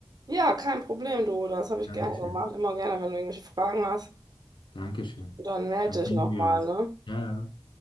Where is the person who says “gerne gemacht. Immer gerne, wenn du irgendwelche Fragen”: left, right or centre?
Right